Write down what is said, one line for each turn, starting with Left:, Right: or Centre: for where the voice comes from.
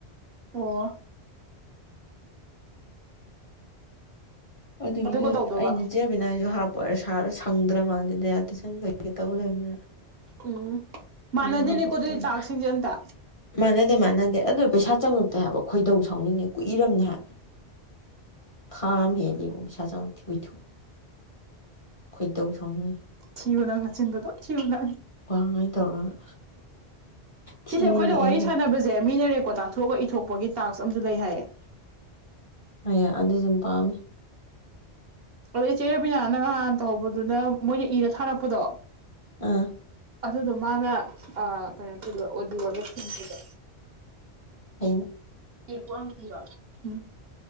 Right: ꯑꯣ
Left: ꯑꯗꯨꯒꯤꯗꯤ
Right: ꯑꯗꯨꯒ ꯇꯧꯗꯧꯕ
Left: ꯑꯩꯅ ꯏ ꯆꯦꯕꯤꯅꯁꯨ ꯍꯥꯞ ꯄꯔ ꯁꯥꯔ ꯁꯪꯗ꯭ꯔ ꯃꯥꯜꯂꯦꯗꯤ ꯇꯨꯏꯁꯟ ꯀꯩꯀꯩ ꯇꯧ ꯂꯩꯕꯅꯤꯅ
Right: ꯎꯝ ꯃꯥꯟꯅꯗꯦꯅꯦꯀꯣ
Left: ꯎꯝ ꯍꯥꯄꯛꯇꯣꯔꯦ
Right: ꯑꯗꯨꯗꯤ ꯇꯥꯛꯁꯤꯡꯁꯦ ꯑꯃꯇꯥ
Left: ꯃꯥꯟꯅꯗꯦ ꯃꯥꯟꯅꯗꯦ ꯑꯗꯨ ꯄꯩꯁꯥ ꯆꯪꯉꯛꯇꯦ ꯍꯥꯏꯕ ꯈꯣꯏꯗꯧ ꯁꯥꯎꯅꯤꯡꯉꯦ ꯀꯨꯏꯔꯝꯅꯦ ꯍꯥꯏꯕ ꯊꯥꯝ ꯍꯦꯂꯦ ꯑꯩ ꯄꯩꯁꯁꯨ ꯌꯉꯛꯇꯦ ꯈꯣꯏꯗꯧ ꯁꯥꯎꯅꯤꯡꯉꯤ
Right: ꯊꯤꯌꯨ ꯅꯪ ꯅꯌꯤꯟꯗꯨ ꯑꯗꯨꯝ ꯊꯤꯌꯨ ꯅꯪ
Left: ꯋꯥꯥꯡꯉ ꯇꯧꯔꯒ ꯊꯤꯅꯤꯡꯉꯛꯑꯦ
Right: ꯁꯤꯁꯦ ꯑꯩꯈꯣꯏꯅ ꯋꯥꯔꯤ
Left: ꯍꯦꯛ
Right: ꯁꯥꯟꯅꯕꯁꯦ ꯃꯤꯅꯔꯦꯀꯣ ꯇꯥꯊꯣꯛꯑꯒ ꯏꯊꯣꯛꯄꯒꯤ ꯇꯥꯛꯁ ꯑꯃꯁꯝꯨ ꯂꯩ ꯍꯥꯏꯌꯦ
Left: ꯍ ꯑꯗꯨ ꯑꯗꯨꯝ ꯄꯥꯝꯃꯦ
Right: ꯑꯗꯣ ꯏꯆꯦꯔꯕꯤꯅꯥꯅ ꯉꯍꯥꯟ ꯇꯧꯍꯧꯕꯗꯨꯅ ꯃꯣꯏꯅ ꯏꯔ ꯊꯥꯔꯛꯄꯗꯣ
Left: ꯑꯥ
Right: ꯑꯗꯨꯗꯣ ꯃꯥꯅ ꯀꯩꯅꯣ ꯇꯧꯗ ꯑꯣꯗꯤꯑꯣꯗ ꯐꯟꯁꯤꯗ
Left: <inaudible>
Right: ꯌꯦꯝꯕꯤꯔꯣ ꯎꯝ